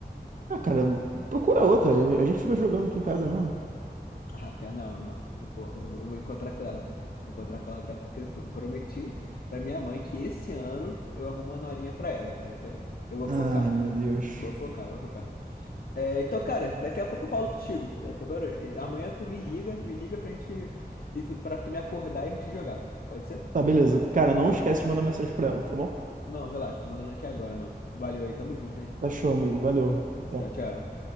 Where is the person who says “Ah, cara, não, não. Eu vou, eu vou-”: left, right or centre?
Left